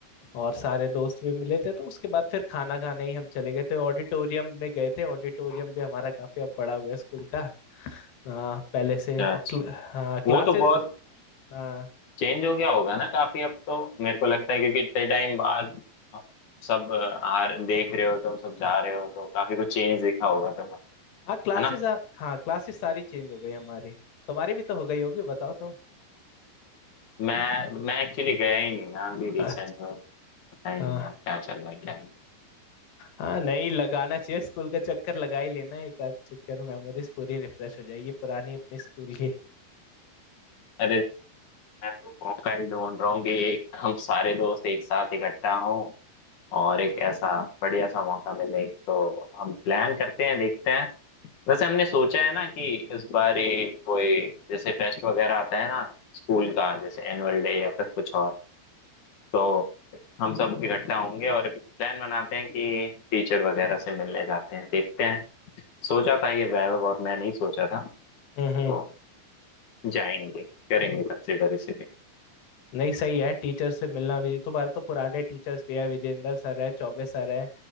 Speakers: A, on the left (about 75°); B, on the left (about 55°).
A: और सारे दोस्त भी मिले थे तो उसके बाद फिर खाना खाने ही हम चले गए थे ऑडिटोरियम में गए थे ऑडिटोरियम भी हमारा काफी अब बड़ा हो गया स्कूल का हाँ, पहले से
B: अच्छा
A: और
B: अच्छा
A: क्ल, हाँ क्लासेस
B: वो तो बहुत
A: हाँ,
B: चेंज हो गया होगा ना काफी अब तो मेरे को लगता है क्योंकि इतने टाइम बाद सब आ देख रहे हो तुम सब जा रहे हो तो काफी कुछ चेंज दिखा होगा तुम्हें
A: हाँ क्लासेस
B: है ना
A: हाँ क्लासेस सारी चेंज हो गई हमारी तुम्हारी भी तो हो गई होगी बताओ तुम
B: मैं मैं एक्चुअली गया ही नहीं ना अभी
A: अच्छा
B: रिसेंट में पता ही
A: आ,
B: नहीं अब क्या चल रहा है क्या नहीं।
A: हाँ नहीं लगाना चाहिए स्कूल का चक्कर लगा ही लेना एक आध चक्कर मेमोरीज पूरी रिफ्रेश हो जाएगी पुरानी अपनी स्कूल की
B: अरे मैं तो मौका ही ढूंढ रहा हूँ कि एक हम सारे दोस्त एक साथ इकट्ठा हों और एक ऐसा बढ़िया सा मौका मिले तो हम प्लान करते हैं देखते हैं वैसे हमने सोचा है ना कि इस बार ये कोई जैसे फेस्ट वगैरह आता है ना स्कूल का जैसे एनुअल डे या फिर कुछ और तो हम सब इकट्ठा होंगे और प्लान बनाते हैं कि टीचर वगैरह से मिलने जाते हैं देखते हैं सोचा था ये वैभव और मैं नहीं सोचा था
A: हम्म हम्म।
B: तो जाएंगे करेंगे कंसिडर इसीलिए
A: नहीं सही है टीचर से मिलना भी तुम्हारे तो पुराने टीचर्स भी है विजेंद्र सर है चौबे सर है